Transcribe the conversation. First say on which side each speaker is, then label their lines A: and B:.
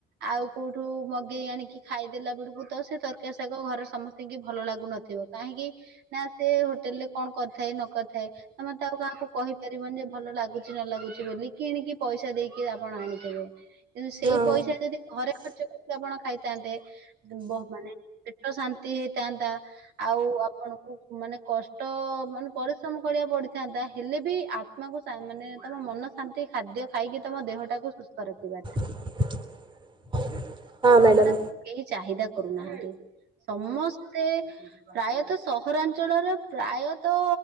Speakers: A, on the right; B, on the right.
A: ଆଉ କଉଠୁ ମଗେଇ ଆଣିକି ଖାଇଦେଲା ବେଳକୁ, ତ ସେ ତର୍କାରୀ ଶାଗ ଘରେ ସମସ୍ତିଙ୍କି ଭଲ ଲାଗୁନଥିବ। କାହିଁକି ନା ସେ ହୋଟେଲ୍ ରେ କ'ଣ କର୍ ଥାଏ ନ କର୍ ଥାଏ। ତମେତ ଆଉ କାହାକୁ କହିପାରିବନି ଯେ ଭଲ ଲାଗୁଚି ନ ଲାଗୁଚି ବୋଲି, କିଣିକି ପଇସା ଦେଇକି ଆପଣ ଆଣିଥିବେ। କିନ୍ତୁ ସେଇ
B: ହଁ
A: ପଇସା ଯଦି ଘରେ ଖର୍ଚ୍ଚ ଆପଣ ଖାଇଥାନ୍ତେ, ମାନେ ପେଟ ଶାନ୍ତି ହେଇଥାନ୍ତା। ଆଉ ଆପଣକୁ ମାନେ କଷ୍ଟ ମାନେ ପରିଶ୍ରମ କରିବାକୁ ପଡ଼ିଥାନ୍ତା। ହେଲେ ବି କୁ ମାନେ ତମ ମନ ଶାନ୍ତି, ଖାଦ୍ୟ ଖାଇକି ତମ ଦେହଟାକୁ ସୁସ୍ଥ ରଖି
B: <unintelligible> ମ୍ୟାଡ଼ାମ
A: <inaudible> ପ୍ରାୟତ ସହରାଞ୍ଚଳରେ ପ୍ରାୟତ